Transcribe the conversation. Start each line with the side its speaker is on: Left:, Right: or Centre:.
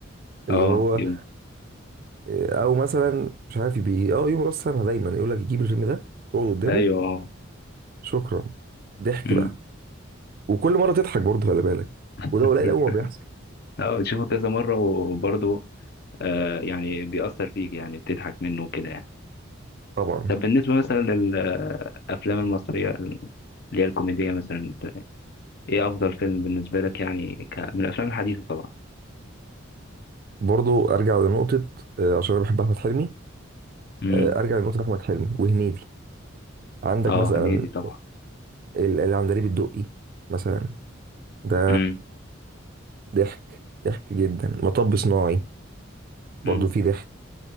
Left: اه
Right: اللي هو
Left: يوم
Right: آه، او مثلا مش عارف بي اه يوم راس سنه دايما يقول لك جيب الفيلم ده تقعد قدامه
Left: أيوه اه
Right: شكرا ضحك
Left: أمم.
Right: بقى وكل مره تضحك برضه خلي بالك
Left: <laughs>
Right: وده قليل قوي ما بيحصل
Left: اه بتشوفه كذا مرة وبرضه آه يعني بيأثر فيك يعني بتضحك منه وكده يعني
Right: طبعا
Left: طب بالنسبة مثلا للأفلام المصرية اللي هي الكوميدية مثلا انت ايه أفضل فيلم بالنسبة لك يعني ك... من الأفلام الحديثة طبعا
Right: برضه ارجع لنقطه آه، عشان انا بحب احمد حلمي
Left: امم
Right: آه، ارجع لنقطه احمد حلمي وهنيدي عندك
Left: اه
Right: مثلا
Left: هنيدي طبعا
Right: ال- العندليب الدقي مثلا ده
Left: امم
Right: ضحك ضحك جدا مطب صناعي برضه
Left: امم
Right: فيه ضحك